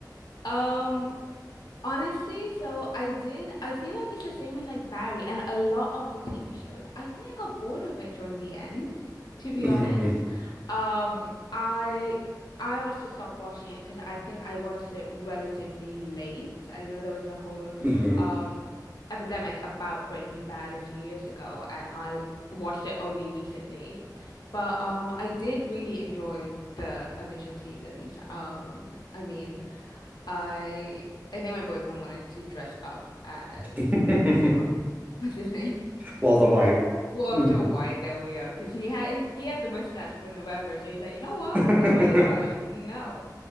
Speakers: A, on the left; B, on the right.
A: Um, Honestly, so I did. I feel like it's the same with like Barry and a lot of the TV shows. I think I got bored of it during the end, to be
B: hmm
A: honest. Um, I I also stopped watching it because I think I watched it relatively late. I know there was a whole
B: hmm
A: um epidemic about Breaking Bad a few years ago, and I watched it only recently. But um, I did really enjoy the initial seasons. Um, I mean. I I think my boyfriend wanted to dress up as
B: <laughs>
A: Oh, <laughs> what's his name?
B: Walter White.
A: <laughs> Walter
B: Mm-hmm.
A: White. There we are. Because he had he had the mustache for November, so he's like, you know what?
B: <laughs>
A: I might as well. I'm like, no.